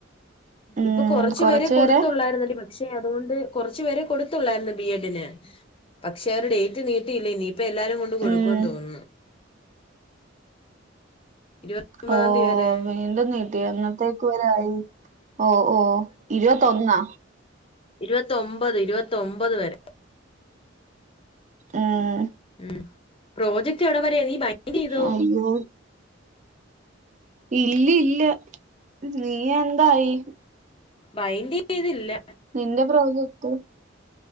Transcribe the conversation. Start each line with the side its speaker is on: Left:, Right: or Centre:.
Right: ഉം
Left: ഇപ്പൊ കൊറച്ച്
Right: കൊറച്ചു
Left: പേരേ കൊടുത്തൊള്ളായിരുന്നു
Right: പേരെ
Left: എടി പക്ഷേ പക്ഷേ അതുകൊണ്ട് കൊറച്ച് പേരെ കൊടുത്തുള്ളായിരുന്നു ബി എഡിന് പക്ഷേ അവര് ഡേറ്റ് നീട്ടില്ല ഇനി ഇപ്പൊ എല്ലാരും കൊണ്ട് കൊടുക്കുന്ന്
Right: ഉം
Left: തോന്നുന്നു. ഇരുപത്തി ഒമ്പതാം
Right: ഓ
Left: തീയതി വരെ
Right: വീണ്ടും നീട്ടി എന്നന്നത്തേക്ക് വരെ ആയി ഓ ഓ ഇരുപത്തൊന്നാ?
Left: ഇരുപ ത്തൊമ്പത് ഇരുപത്തൊമ്പത് വരെ.
Right: ഏഹ്
Left: ഉം പ്രോജ ക്റ്റ് എവിടെ വരെ നീ ബൈൻഡ് ചെയ്തോ?
Right: അയ്യോ ഇല്ല ഇല്ല നീ എന്തായി?
Left: ബൈൻഡ് ചെയ്തില്ല.
Right: നിന്റെ പ്രോജക്റ്റോ?